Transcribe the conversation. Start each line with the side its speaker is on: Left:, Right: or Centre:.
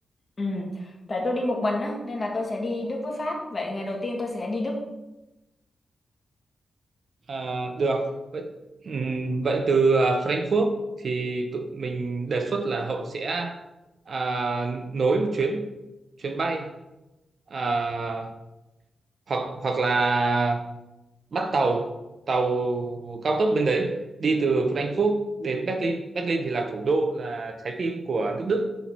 Left: ừ, tại tôi đi một mình á nên là tôi sẽ đi Đức với Pháp vậy ngày đầu tiên tôi sẽ đi Đức
Right: à, được. Vậy ừm, vậy từ à, Frankfurt thì tụi mình đề xuất là Hậu sẽ à, nối một chuyến chuyến bay à, hoặc hoặc là bắt tàu tàu cao tốc bên đấy đi từ Frankfurt đến Berlin Berlin thì là thủ đô là trái tim của nước Đức